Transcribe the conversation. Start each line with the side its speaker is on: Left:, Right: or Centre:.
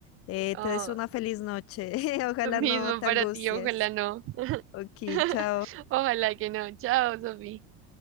Left: Eh,
Right: Oh,
Left: te deseo una feliz noche. <laughs> Ojalá
Right: lo mismo
Left: no te
Right: para
Left: angusties.
Right: ti, ojalá no.
Left: Ok,
Right: <laughs>
Left: chao.
Right: Ojalá que no. Chao, Sofía.